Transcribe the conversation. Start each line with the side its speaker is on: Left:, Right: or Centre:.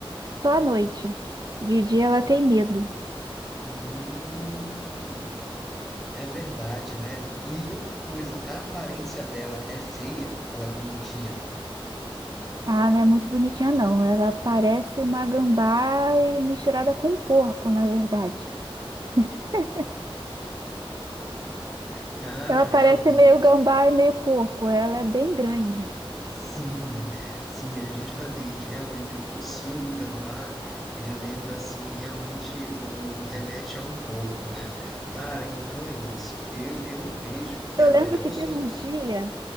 Right: Só à noite. De dia ela tem medo.
Centre: Hum, é verdade, né? E outra coisa, a aparência dela é feia ou é bonitinha?
Right: Ah, não é muito bonitinha, não. Ela parece uma gambá e misturada com um porco, na verdade. <laughs>
Centre: Cara,
Right: Ela
Centre: realmente.
Right: parece meio gambá e meio porco. Ela é bem grande.
Centre: Sim, <laughs> sim, é justamente, realmente o focinho do gambá, ele lembra assim, realmente um, um um remete a um porco, né? Cara, então é isso. Eu, eu vejo que
Right: Eu
Centre: a melhor
Right: lembro que
Centre: solução
Right: teve um dia,